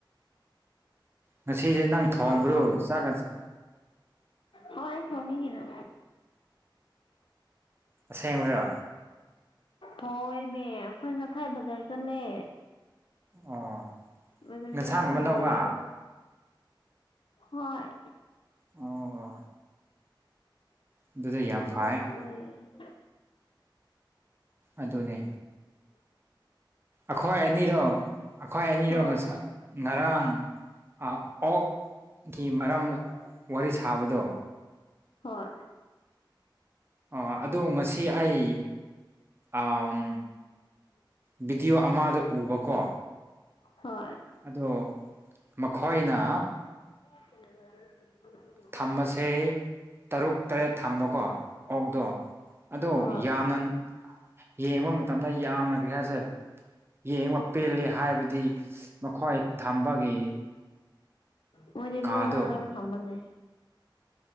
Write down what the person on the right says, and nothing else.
ꯉꯁꯤꯁꯦ ꯅꯪ ꯊꯣꯡꯕ꯭ꯔꯣ
ꯆꯥꯛꯀ ꯆ
ꯑꯁꯦꯡꯕꯔꯣ
ꯑꯣ
ꯌꯦꯟꯁꯥꯡ
ꯑꯃ
ꯂꯧꯕ
ꯑꯣ ꯑꯗꯨꯗꯤ
ꯌꯥꯝ ꯐꯩ ꯑꯗꯨꯅꯦ ꯑꯩꯈꯣꯏ ꯑꯅꯤꯔꯣ ꯑꯩꯈꯣꯏ ꯑꯅꯤꯔꯣ
ꯉꯁꯛ ꯉꯔꯥꯡ ꯑ ꯑꯣꯛ ꯒꯤ ꯃꯔꯝ ꯋꯥꯔꯤ ꯁꯥꯕꯗꯣ
ꯑꯣ ꯑꯗꯨ ꯉꯁꯤ ꯑꯩ ꯎꯝ ꯚꯤꯗꯤꯑꯣ ꯑꯃꯗ ꯎꯕꯀꯣ
ꯑꯗꯣ ꯃꯈꯣꯏꯅ
ꯊꯝꯃꯁꯦ ꯇꯔꯨꯛ ꯇꯔꯦꯠ ꯊꯝꯕꯀꯣ ꯑꯣꯛꯗꯣ ꯑꯗꯣ
ꯌꯥꯝꯅ ꯌꯦꯡꯕ ꯃꯇꯝꯗ ꯌꯥꯝꯅ ꯀꯔꯤꯍꯥꯏꯁꯤꯔꯥ ꯌꯦꯡꯕ ꯄꯦꯜꯂꯦ ꯍꯥꯏꯕꯗꯤ ꯃꯈꯣꯏ ꯊꯝꯕꯒꯤ
ꯀꯥꯗꯣ